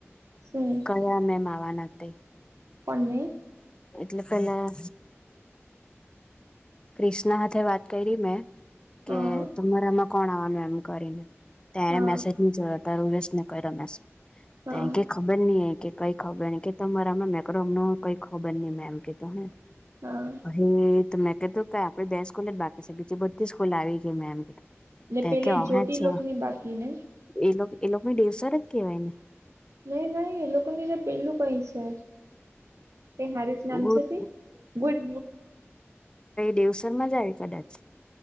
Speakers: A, on the right (about 80°); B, on the left (about 20°).
A: શું?
B: કયા મેમ આવાના તે.
A: પને
B: એટલે પેલા ક્રિષ્ના હાથે વાત કરી મેં કે
A: હા
B: તમારામાં કોણ આવાનું એમ કરીને. ત્યારે
A: હા
B: મેસેજ ની જોયો તો ઉર્વેશ ને કર્યો મેસેજ તેમ
A: હા
B: કેક ખબર નઈ કે કઈ ખબર ન કે તમારામાં મેક્રોમ ન કઈ ખબર નઈ મેમ કે તુ હુ.
A: હા.
B: હે તો મેં કીધું કે આપે બે સ્કૂલ જ બાકી છેકી બીજી બધી સ્કૂલ આવી ગઈ મે એમ કે.
A: ને પેલી
B: કે અહે
A: જ્યોતિ
B: છે
A: લોક ની બાકી ને.
B: એ લોકો એ લોકોને દેવસર જ કેવાય ને
A: નહી નઈ એ લોકો ની પેલું કઈ છે એ હારું જ નામ
B: ગુડ
A: છે તે ગુડ
B: દેવસરમાંજા આવે કદાચ